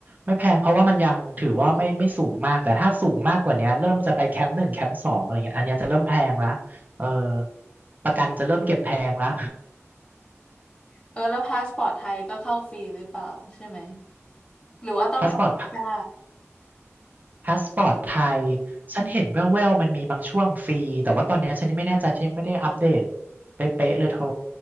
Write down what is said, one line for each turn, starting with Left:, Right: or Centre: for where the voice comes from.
Right: ไม่แพงเพราะว่ามันยังถือว่าไม่ไม่สูงมากแต่ถ้าสูงมากกว่าเนี้ยเริ่มจะไปแคมป์หนึ่งแคมป์สองอะไรเงี้ยอันเนี้ยจะเริ่มแพงละเออประกันจะเริ่มเก็บแพงละ
Left: เออแล้วพาสปอร์ตไทยก็เข้าฟรีหรือเปล่าใช่ไหมหรือว่าต้องทำวีซ่า
Right: <laughs> พาสปอร์ต พาสปอร์ตไทย ฉันเห็นแว่วๆมันมีบางช่วงฟรีแต่ว่าตอนเนี้ยฉันยังไม่แน่ใจฉันยังไม่ได้อัปเดตเป๊ะๆเลยโทร